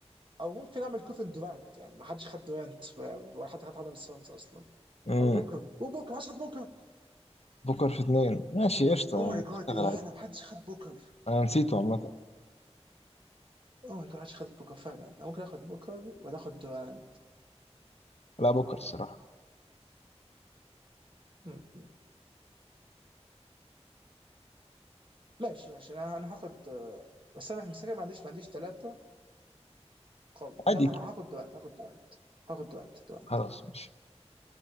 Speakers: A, on the right; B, on the left.
A: او ممكن اعمل كوفن دورانت يعني ما حدش خد دورانت ولا حد خد حد من السانز اصلا
B: امم
A: او بوكر وبوكر ما حدش خد بوكر
B: بوكر في اتنين ماشي قشطة
A: او
B: يعني
A: ماي جاد
B: تشتغل
A: دي اهانه
B: عادي
A: ما حدش خد بوكر
B: انا نسيته عامة
A: او ماي جاد ما حدش خد بوكر فعلا انا ممكن اخد بوكر ولا اخد دوران
B: لا بوكر الصراحة
A: مم. ماشي ماشي انا انا هاخد آه، بس انا مسكر ما عنديش ما عنديش ثلاثه قوي
B: عادي
A: لا انا هاخد دورانت هاخد دورانت هاخد دورانت دورانت
B: خلاص ماشي